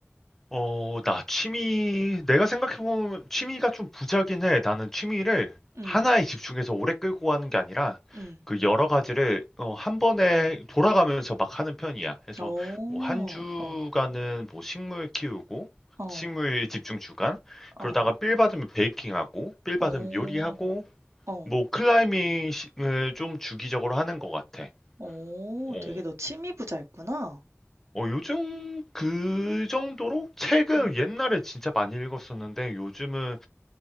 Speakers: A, in the centre; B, on the right.
A: 어, 나 취미, 내가 생각해보면 취미가 좀 부자긴 해. 나는 취미를
B: 응,
A: 하나에 집중해서 오래 끌고 가는 게 아니라
B: 응.
A: 그 여러 가지를 어, 한 번에 돌아가면서 막 하는 편이야. 그래서
B: 오,
A: 뭐 한 주간은
B: 어.
A: 뭐 식물 키우고,
B: 어.
A: 식물 집중 주간, 그러다가
B: 어.
A: 빌 받으면 베이킹하고, 빌 받으면
B: 어.
A: 요리하고,
B: 어.
A: 뭐 클라이밍을 좀 주기적으로 하는 것 같아.
B: 어.
A: 어.
B: 되게 너 취미 부자였구나.
A: 어, 요즘 그 정도로 책을
B: 응,
A: 옛날에 진짜 많이 읽었었는데 요즘은